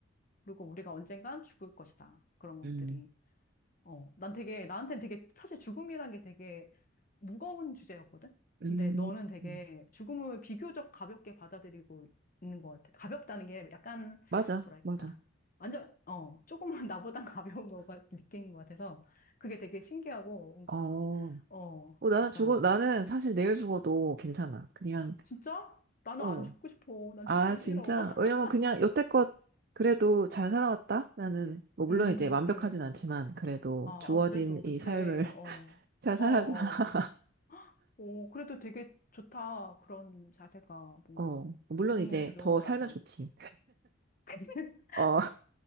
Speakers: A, on the left; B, on the right.
A: 그리고 우리가 언젠간 죽을 것이다. 그런 것들이.
B: 음,
A: 어, 난 되게, 나한테는 되게, 사실 죽음이란 게 되게 무거운 주제였거든?
B: 음,
A: 근데 너는 되게
B: 음.
A: 죽음을 비교적 가볍게 받아들이고 있는 것 같아. 가볍다는 게 약간,
B: 맞아,
A: 뭐랄까.
B: 맞아.
A: 완전, 어, 조금은 <laughs> 나보단 가벼운 거가 느낀 것 같아서 그게 되게 신기하고 뭔가,
B: 어,
A: 어,
B: 어, 나는
A: 약간,
B: 죽어, 나는 사실 내일 죽어도 괜찮아. 그냥,
A: 진짜? 나는
B: 어.
A: 안 죽고 싶어. 난
B: 아,
A: 죽기
B: 진짜?
A: 싫어. <laughs>
B: 왜냐면 그냥 여태껏 그래도 잘 살아왔다? 나는, 뭐, 물론
A: 음,
B: 이제 완벽하진 않지만,
A: 음.
B: 그래도
A: 아,
B: 주어진
A: 아, 그래도, 그치.
B: 이 삶을 <laughs>
A: 어,
B: 잘
A: 어,
B: 살았다.
A: 어. 오, 그래도 되게 좋다. 그런 자세가 뭔가
B: 어, 물론
A: 죽음을
B: 이제
A: 두려워하지
B: 더 살면
A: 않고.
B: 좋지.
A: 그치? <laughs>
B: 어,